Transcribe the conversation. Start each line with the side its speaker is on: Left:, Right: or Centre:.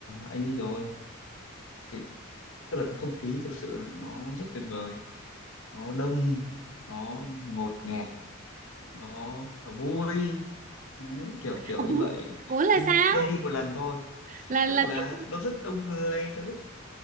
Left: anh đi rồi. Cái, tức là cái không khí thực sự là nó rất tuyệt vời. Nó đông, nó ngột ngẹt, nó, nó vui. Đấy, kiểu kiểu
Right: ủa
Left: như vậy.
Right: ủa là
Left: Nhưng
Right: sao
Left: nên đi một lần thôi.
Right: là
Left: Tức
Right: là
Left: là
Right: thích
Left: nó rất đông người, nó rất